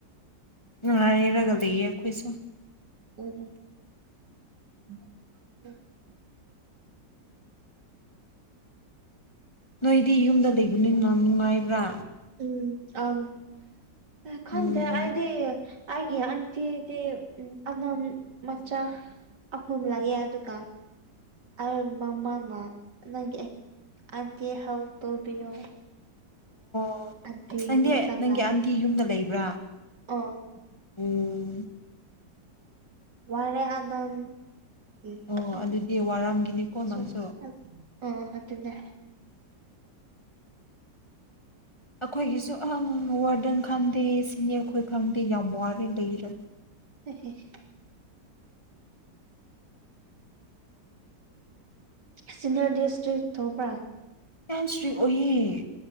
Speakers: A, on the left; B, on the right.
A: ꯅꯨꯡꯉꯥꯏꯔꯒ ꯂꯩꯌꯦ ꯑꯩꯈꯣꯏꯁꯨ
B: ꯎꯝ ꯍꯝ <unintelligible>
A: ꯅꯣꯏꯗꯤ ꯌꯨꯝꯗ ꯂꯩꯕꯅꯤꯅ ꯅꯨꯡꯉꯥꯏꯕ꯭ꯔꯥ
B: ꯎꯝ ꯑꯝ ꯑ ꯈꯟꯗꯦ
A: ꯎꯝ
B: ꯑꯩꯗꯤ ꯑꯩꯒꯤ ꯑꯟꯇꯤꯗꯤ ꯎꯝ ꯑꯅꯝ ꯃꯆꯥ ꯑꯍꯨꯝ ꯂꯩꯌꯦ ꯑꯗꯨꯀ ꯑꯩ ꯃꯃꯥꯅ ꯅꯪꯒꯤ ꯑꯟꯇꯤ ꯍꯧ ꯇꯧꯕꯤꯌꯣ <unintelligible> <unintelligible>
A: ꯑꯣ
B: ꯑꯟꯇꯤ
A: ꯅꯪꯗꯤ
B: ꯌꯨꯝꯗ
A: ꯅꯪꯒꯤ
B: ꯂꯥꯛꯑꯦ
A: ꯑꯟꯇꯤ ꯌꯨꯝꯗ ꯂꯩꯕ꯭ꯔꯥ
B: ꯑꯣ
A: ꯎꯝ
B: ꯋꯥꯔꯦ ꯑꯗꯝ <unintelligible>
A: ꯑꯣ ꯑꯗꯨꯗꯤ ꯋꯥꯔꯝꯒꯤꯅꯤꯀꯣ ꯅꯪꯁꯨ
B: ꯑꯣ ꯑꯗꯨꯅꯦ
A: ꯑꯩꯈꯣꯏꯒꯤꯁꯨ ꯑꯥ ꯋꯥꯔꯗꯟ ꯈꯪꯗꯦ ꯁꯤꯅꯤꯌꯔ ꯈꯣꯏ ꯈꯪꯗꯦ ꯌꯥꯝ ꯋꯥꯔꯦ ꯂꯩꯔꯒ
B: <unintelligible> ꯁꯦꯟꯇꯔ ꯗꯤꯁꯇ꯭ꯔꯤꯛ ꯇꯧꯕꯔ
A: ꯌꯥꯝ ꯁꯇ꯭ꯔꯤꯛ ꯑꯣꯏꯌꯦ